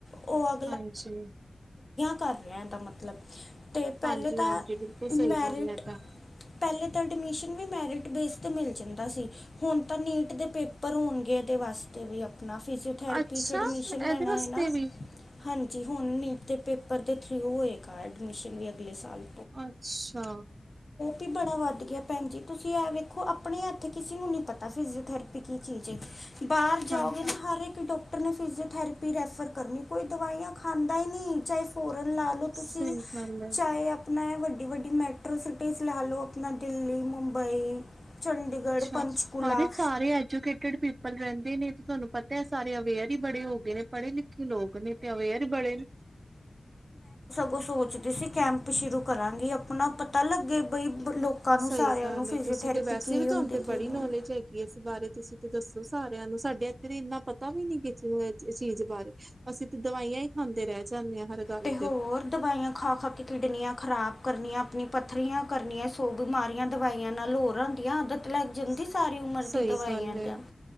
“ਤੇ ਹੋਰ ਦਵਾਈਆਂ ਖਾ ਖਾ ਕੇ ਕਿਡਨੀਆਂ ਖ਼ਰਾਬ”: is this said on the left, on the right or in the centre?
Left